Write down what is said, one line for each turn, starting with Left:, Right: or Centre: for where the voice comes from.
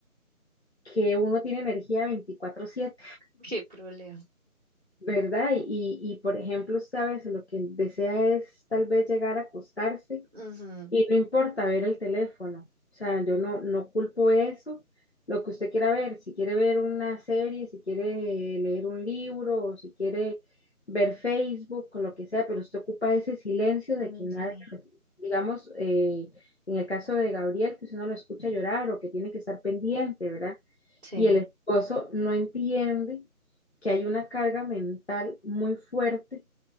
Left: que uno tiene energía veinticuatro siete,
Right: Qué problema.
Left: ¿verdad? Y, y, por ejemplo, usted a veces lo que desea es tal vez llegar a acostarse
Right: Ujú,
Left: Y no importa ver el teléfono, o sea, yo no, no culpo eso, lo que usted quiera ver, si quiere ver una serie, si quiere leer un libro o si quiere ver Facebook o lo que sea, pero usted ocupa ese silencio
Right: ujú.
Left: de que nadie, lo- digamos, eh, en el caso de Gabriel, que usted no lo escucha llorar o que tiene que estar pendiente, ¿verdad?
Right: Sí,
Left: Y el esposo no entiende que hay una carga mental muy fuerte